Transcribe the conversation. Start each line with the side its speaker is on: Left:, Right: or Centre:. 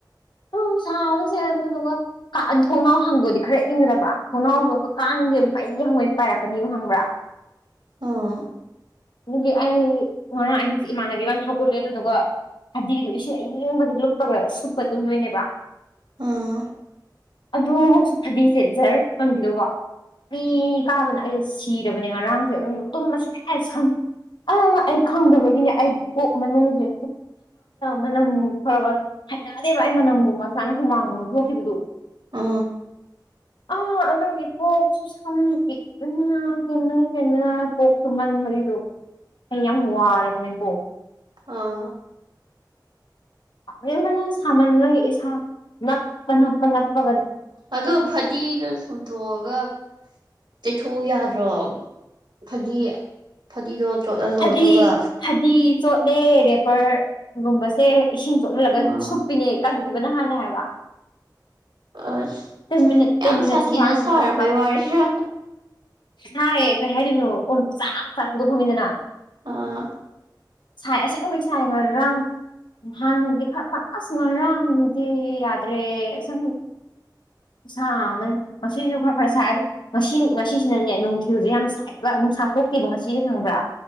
Left: ꯎꯝ ꯁꯥꯕꯁꯦ ꯑꯗꯨꯒ ꯊꯣꯡꯅꯥꯎ ꯍꯪꯕꯗꯤ ꯈꯔ ꯏꯪꯗꯕ ꯊꯣꯡꯅꯥꯎꯗꯣ ꯑꯃꯨꯛꯀ ꯀꯥꯡꯥꯟꯁꯦ ꯃꯩ ꯍꯋꯥꯣꯏ ꯄꯥꯏꯔꯛꯀꯅꯤꯕ ꯈꯪꯕ꯭ꯔꯥ
Right: ꯑꯥ
Left: ꯑꯗꯨꯗꯤ ꯑꯩꯔ ꯑꯍꯤꯡꯁ ꯏꯃꯥꯟꯅꯕꯤ ꯋꯥ ꯍꯧꯒꯠꯂꯦ ꯑꯗꯨꯗꯨꯒ ꯍꯗꯤꯗꯨꯣ ꯏꯁꯤꯡ ꯑꯌꯪꯕꯗꯤ ꯂꯨꯞꯄꯒ ꯁꯨꯞꯄ ꯇꯨꯝꯗꯣꯏꯅꯦꯕ
Right: ꯑ
Left: ꯑꯗꯨꯐꯧꯁꯨ ꯐꯗꯤꯁꯦꯠ ꯖꯔ ꯐꯪꯈꯤꯗꯧꯕ ꯃꯤ ꯀꯥꯕꯅ ꯑꯩꯁꯦ ꯁꯤꯔꯕꯅꯦ ꯉꯔꯥꯡꯁꯦ ꯑꯗꯨꯝ ꯇꯨꯝꯃꯁꯨ ꯀ ꯁꯝ ꯑꯥ ꯑꯩ ꯈꯪꯗꯕꯒꯤꯅꯦ ꯑꯩ ꯀꯣꯛ ꯃꯅꯨꯡꯁꯦ ꯃꯅꯝ ꯐꯔ ꯍꯠꯅꯗꯦꯕ ꯑꯩ ꯃꯅꯝꯒꯨꯝꯕ ꯁꯨꯃꯥꯏꯅ ꯍꯨꯃꯥꯡꯒꯨꯝꯕ ꯊꯣꯛꯈꯤꯕꯗꯨ
Right: ꯑ
Left: ꯑ ꯑꯗꯨꯣ ꯏ ꯄꯣꯁꯨ ꯁ ꯎꯝ ꯀꯦꯟꯗꯅ ꯀꯦꯟꯗꯅ ꯀꯣꯛꯇꯨꯃꯟ ꯃꯔꯤꯗꯨ ꯑꯩ ꯌꯥꯝ ꯋꯥꯔꯕꯅꯦꯀꯣ
Right: ꯑꯥ
Left: ꯅꯤꯡꯅ ꯁꯥꯃꯟꯈꯣꯏ ꯏꯁꯥ ꯅꯞꯄ ꯅꯞꯄ ꯉꯞꯄꯒꯅ
Right: ꯑꯣ ꯐꯗꯤꯒ ꯁꯨꯝꯇꯣꯛꯑꯒ ꯇꯩꯊꯣꯛꯎ ꯌꯥꯗ ꯑꯣ ꯐꯗꯤ ꯐꯗꯤꯗꯣ ꯆꯣꯠꯍꯜꯂꯣ
Left: ꯐꯗꯤ
Right: ꯑꯗꯨꯒ
Left: ꯐꯗꯤ ꯆꯣꯠꯂꯦ ꯔꯦꯄꯔꯒꯨꯝꯕꯁꯦ ꯏꯁꯤꯡ ꯆꯣꯠꯍꯜꯂꯒ
Right: ꯑꯥ
Left: ꯁꯨꯞꯄꯤꯅꯦ ꯕꯅ ꯍꯥꯏꯅ ꯍꯥꯏꯕ
Right: ꯑꯁ
Left: ꯇ ꯃꯤꯅꯤꯠ
Right: ꯌꯥꯝ
Left: ꯇꯤꯟ ꯃꯤꯅꯤꯠꯁꯨ
Right: ꯁꯥꯊꯤꯅ
Left: ꯐꯅꯄꯉ
Right: ꯁꯥꯔꯕꯩ ꯋꯥꯔꯤꯔꯥ
Left: ꯍꯥꯏꯥꯏꯌꯦ ꯀꯩ ꯍꯥꯏꯔꯤꯅꯣ ꯑꯣ ꯆ ꯆꯥꯛꯄꯗꯣ ꯈꯣꯡꯉꯤꯗꯅ
Right: ꯑꯥ
Left: ꯁꯥꯏ ꯑꯁꯦꯡꯕꯩ ꯁꯥꯏ ꯉ ꯔꯥꯡ ꯍꯥꯟꯗꯤ ꯈꯔ ꯊꯀ ꯁꯅꯔꯗꯤ ꯌꯥꯗ ꯔꯦ ꯆ ꯁꯥ ꯑꯃꯅꯤ ꯉꯁꯤꯁꯨ ꯈꯔ ꯈꯔ ꯁꯥꯏ ꯉꯁꯤ ꯉꯁꯤꯁꯤꯅꯅꯦ ꯅꯨꯡꯊꯤꯜꯁꯦ ꯌꯥꯝ ꯁꯥꯏꯕ ꯅꯨꯡꯁꯥ ꯊꯣꯛꯈꯤꯕꯗꯣ ꯉꯁꯤ ꯍꯅꯤꯡꯪꯕ꯭ꯔꯥ